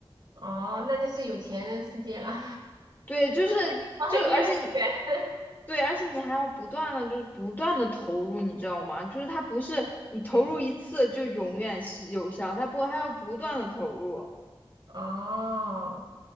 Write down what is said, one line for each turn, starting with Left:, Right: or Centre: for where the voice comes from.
Right: 哦，那就是有钱人的世界了，
Left: 对，就是就而且你
Right: <laughs> 我很远很远。
Left: 对，而且你还要不断的就是不断的投入，你知道吗？就是它不是你投入一次就永远是有效，
Right: <laughs> 对，
Left: 它不还要不断的投入。
Right: 哦，